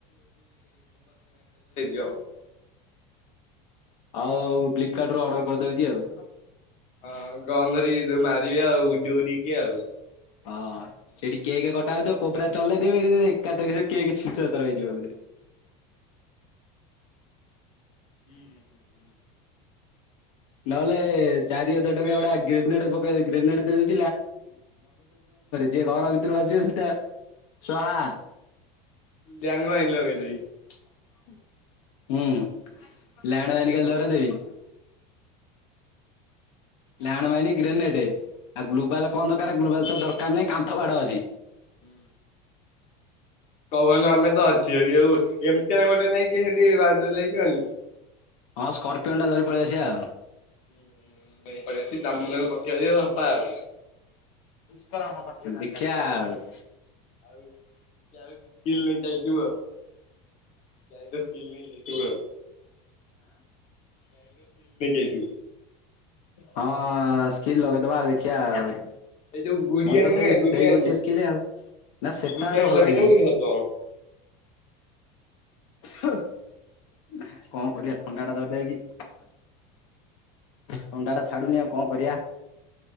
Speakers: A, on the left (about 45°); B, on the left (about 80°).
A: <unintelligible>
B: ହଉ ଆଉ। ଫ୍ଲିପକାର୍ଟ ରୁ ଅର୍ଡର୍ କରି ଦୋଉଛି ଆଉ।
A: ହଁ। ଆଉ ଗନ୍ ଧରିକି ଯୋଉ ମାରିବେ ଆଉ ଉଡ଼ି ଉଡ଼ିକି ଆଉ।
B: ହଁ। ସେଇଠି କେକ୍ କଟା ହୋଉଥିବ। କୋବ୍ରା ଚଲେଇ ଦେବି ହେଇଠିକିରି ଯେ ଏକା ଥରକେ ସେ କେକ୍ ଛିନ୍ ଛତର ହେଇଯିବ ଏକା ଥରେ।
A: ହୁଁ ହୁଁ ହୁଁ।
B: ନହେଲେ ଚାରି ହଜାର ଟଙ୍କା ଗୁଡା ଗ୍ରାନାଇଟ ପକେଇ ଗ୍ରାନାଇଟ <unintelligible> ଯେ ଘର ଭିତରୁ ଆସିବ ସି ଟା ସ୍ୱାହା।
A: <unintelligible>
B: <unintelligible> Land mine grenade. ଆଉ ଗ୍ଲୋବାଲ୍ କଣ ଦରକାର? ଗ୍ଲୋବାଲ୍ ତ ଦରକାର ନାହିଁ। କାନ୍ଥ ବାଡ଼ ଅଛି।
A: ହୁଁ। <unintelligible> ଆମେ ତ ଅଛେ <unintelligible> ଏମ୍ତିଆ ନାଇଁ ମ ମତେ ନେଇକି ସେଠି <unintelligible>
B: ହଁ। ସ୍କର୍ପିଓନ୍ଟା ଧରି ପଳେଇ ଆସିିବା।
A: <unintelligible>
B: ଦେଖିଆ ଆଉ।
A: <unintelligible> <unintelligible> ଟାଇଗର୍ ସ୍କିଲ୍ ନେଇକି ଆଇଥିବୁ।
B: ହଁ। ସ୍କିଲ୍ ଲଗେଇ ଦବା। ଦେଖିଆ ଆଉ।
A: ଏଇ ଯୋଉ ଗୁଡିଆନି
B: ମୋର୍ ତ ସେଇ
A: ନୁହେଁ ଗୁଡିଆନି
B: ସେଇ ଗୋଟିଏ ସ୍କିଲ୍ ଆଉ। ନା ସେଟା
A: ଗୁଡିଆନି
B: ଏତେ ଭଲ୍ ଲାଗିବନି।
A: <unintelligible>
B: କଣ କରିବା ଥଣ୍ଡା ଟା ଧରି ଦେଇଚି? ଥଣ୍ଡାଟା ଛାଡୁନି। ଆଉ କଣ କରିବା?